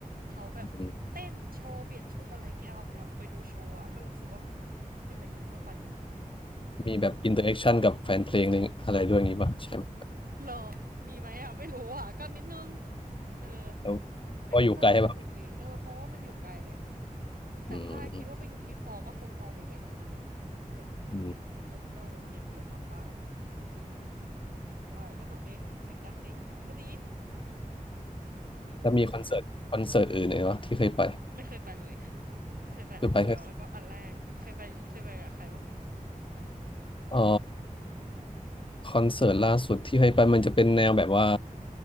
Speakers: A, on the right (about 85°); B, on the left (about 35°).
A: เขาแบบเต้นโชว์เปลี่ยนชุดอะไรเงี้ยออกแนวไปดูโชว์อะก็รู้สึกว่าคุ้มให้ไปอีกก็ไปนะ
B: มีแบบอินเตอร์แอคชั่นกับแฟนเพลงนึงอะไรด้วยอย่างงี้ปะใช่ไหม
A: เหรอมีไหมอะไม่รู้อะก็นิดนึงเออ
B: แล้ว
A: แต่ก็สนสนุกดีเออเพราะว่ามันอยู่ไกลแหละ
B: ก็อยู่ไกลใช่ปะ
A: แต่ถ้าคิดว่าไปอยู่ที่ฟอก็คงมองไม่เห็นอยู่ดีอะ
B: อืม
A: แบบ
B: อืม
A: คนก็แบบเบียดเบียดบางๆนะอืมอะไรก็หนุกดีเสียงดังดีก็ดี เทเลอร์
B: แล้วมีคอนเสิร์ตคอนเสิร์ตอื่นไหนวะที่เคยไป
A: ไม่เคยไปเลยเคยไปอันเดียวแล้วก็อันแรก
B: คือไปแค่
A: เคยไปเคยไปกับใครบ้างไหม
B: เอ่อคอนเสิร์ตล่าสุดที่เคยไปมันจะเป็นแนวแบบว่า